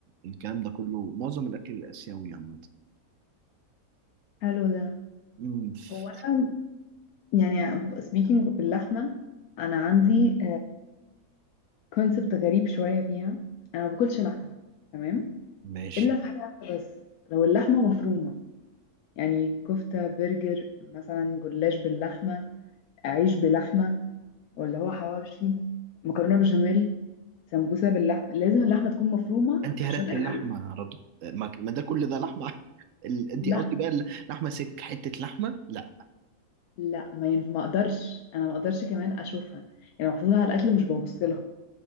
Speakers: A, on the right (about 65°); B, on the left (about 80°).
A: الكلام ده كله معظم الأكل الآسيوي عامة
B: حلو ده
A: أمم، ف-
B: هو انا يعني speaking of اللحمه انا عندي كونسبت غريب شويه فيها انا ما باكلش لحمه تمام
A: ماشي
B: الا في حاله واحده بس لو اللحمه مفرومه يعني كفته برجر مثلا جلاش باللحمه عيش بلحمه ولا هو حواوشي مكرونه بشاميل سمبوسه باللحمه لازم اللحمه تكون مفرومه
A: انت هرقتي
B: عشان اكل
A: اللحمه يا رضوى ما ما ده كل ده لحمه <laughs> ال- انت
B: لا
A: قصدي بقى اللحمه سك حته لحمه لا
B: لا ما ينفع ما اقدرش انا ما اقدرش كمان اشوفها يعني لو حطيتها على الاكل مش ببص لها